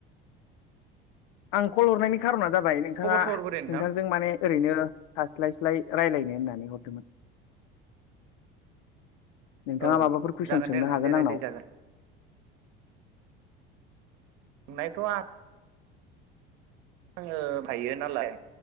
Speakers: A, on the left; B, on the right.
A: आं कल हरनायनि खारना जाबाय नोंथाङा
B: खबर सबर बोरै नोंथां
A: नोंथांजों माने ओरैनो थास्लायस्लाय रायलायनो होननानै हरदोंमोन। नोंथाङा
B: औ
A: माबाफोर कुइसन
B: जागोन
A: सोंनो
B: दे नोंथां
A: हागोन
B: दे रायज्लाय
A: आंनाव।
B: जागोन
A: <inaudible>
B: सोंनायथ' आ ङो हायो नालाय